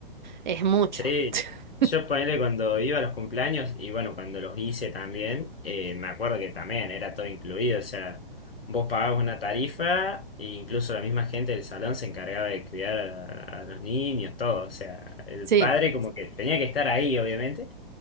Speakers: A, on the right (about 50°); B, on the left (about 75°).
A: Es mucho.
B: Sí,
A: <laughs>
B: yo ponele cuando iba a los cumpleaños y bueno, cuando los hice también, eh, me acuerdo que también era todo incluido, o sea, vos pagabas una tarifa e incluso la misma gente del salón se encargaba de cuidar a, a los niños, todo, o sea, el
A: Sí,
B: padre como que tenía que estar ahí, obviamente,